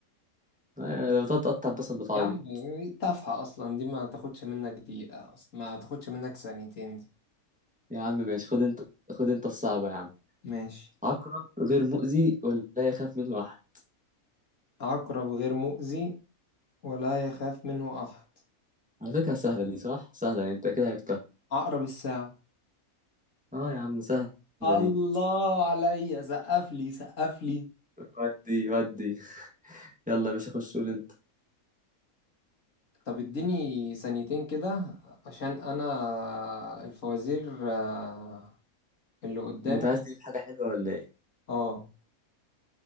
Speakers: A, in the centre; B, on the left (about 60°).
A: أه لما تقعد تقطع البصل بتعيط
B: يا عم دي تافهة اصلا دي ما تاخدش منك دقيقة اصلا ما تاخدش منك ثانيتين دي
A: يا عم ماشي خد انت خد انت الصعبة يا عم
B: ماشي
A: عقرب غير مؤذي ولا يخاف منه احد
B: عقرب غير مؤذي ولا يخاف منه احد
A: على فكرة سهلة دي صح سهلة يعني انت اكيد عرفتها
B: عقرب الساعة
A: اه يا عم سهلة
B: الله
A: دي
B: عليا سقف لي سقف لي
A: ودي ودي يلا يا باشا خش قول انت
B: طب اديني ثانيتين كده عشان انا الفوازير آه، اللي قدامي
A: انت عايز تجيب حاجة حلوة ولا ايه
B: اه